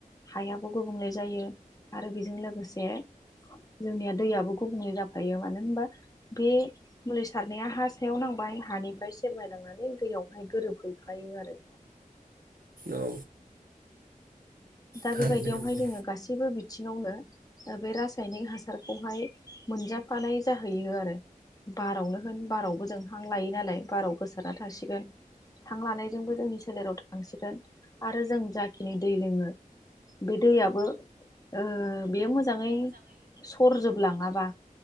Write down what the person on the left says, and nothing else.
हायाबो गुबुंले जायो आरो बेजों लोगोसे जोंनिया दैयाबो गुबुंले जाफायो मानो होनबा बे मुलि सा सारनाया हा सायाव नांबाय हानिफ्राय सेरमायलांनानै दैयावहाय गोरोबहैफायो आरो।
दा
बेबायदियावहाय
जोङो गासैबो बिथिङावनो बे रासायनिक हासारखौहाय मोनजाफानाय जाहैयो आरो बारावनो होन बारावबो जों हां लायो नालाय बाराव गोसारना थासिगोन हां लानायजोंबो जोंनि सोलेराव थांसिगोन आरो जों जाखिनि दै लोङो बे दैयाबो ओ बेयो मोजाङै सरजोबलाङाबा